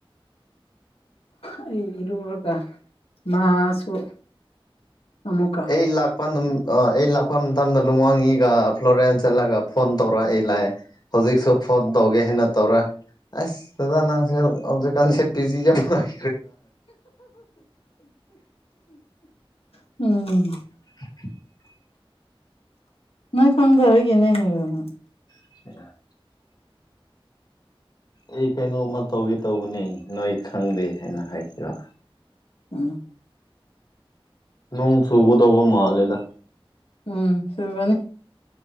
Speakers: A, on the left (about 90°); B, on the left (about 45°).
A: ꯑꯩ ꯏꯔꯨꯔꯒ ꯃꯥꯁꯨ ꯑꯃꯨꯛꯀ
B: ꯑꯩ ꯂꯥꯛꯄ ꯅꯨ ꯑ ꯑꯩ ꯂꯥꯛꯄ ꯃꯇꯝꯗ ꯂꯨꯋꯥꯡꯒꯤꯒ ꯐ꯭ꯂꯣꯔꯦꯟꯁ ꯆꯠꯂꯒ ꯐꯣꯟ ꯇꯧꯔ ꯑꯩ ꯂꯥꯛꯑꯦ ꯍꯧꯖꯤꯛꯁꯨ ꯐꯣꯟ ꯇꯧꯒꯦ ꯑꯩꯅ ꯇꯧꯔ ꯑꯁ ꯗꯥꯗꯥ ꯅꯪꯁꯦ ꯍꯧꯖꯤꯛꯀꯥꯟꯁꯦ ꯚꯤꯖꯤ ꯌꯥꯝ ꯂꯩ
A: <unintelligible> ꯎꯝ
B: <unintelligible>
A: ꯅꯣꯏ ꯈꯪꯗꯔ‌ꯣ ꯑꯩꯒꯤꯅꯦ ꯍꯥꯏꯕꯅ
B: <unintelligible> ꯑꯩ ꯀꯩꯅꯣꯝꯃ ꯇꯧꯒꯦ ꯇꯧꯕꯅꯤ ꯅꯣꯏ ꯈꯪꯗꯦ ꯍꯥꯏꯅ ꯍꯥꯏꯈꯤꯕ
A: ꯑꯥ
B: ꯅꯣꯡ ꯆꯨꯒꯗꯧꯕ ꯃꯥꯜꯂꯦꯗ
A: ꯎꯝ ꯆꯨꯒꯅꯤ